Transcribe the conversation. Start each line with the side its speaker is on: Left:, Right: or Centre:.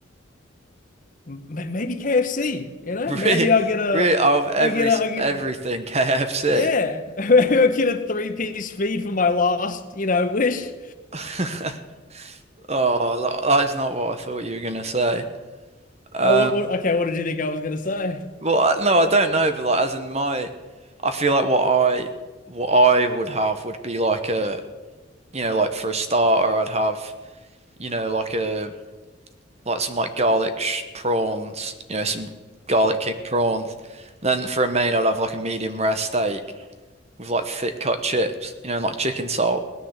Left: M m- maybe KFC. You
Right: <laughs>
Left: know,
Right: Really,
Left: maybe I'll get a,
Right: really out of every
Left: I'll get
Right: s-
Left: a, I'll get,
Right: everything KFC.
Left: yeah, <laughs> maybe I'll get a three-piece feed for my last, you know, wish.
Right: <laughs> Oh, tha- that is not what I thought you were gonna say. Um,
Left: Oh, what, what, okay. What did you think I was gonna say?
Right: well, I- no, I don't know, but like as in my, I feel like what I what I would have would be like a you know like for a starter I'd have you know like a like some like garlic sh prawns, you know, some garlic king prawns. And then for a main, I'd have like a medium rare steak with like thick cut chips, you know, and like chicken salt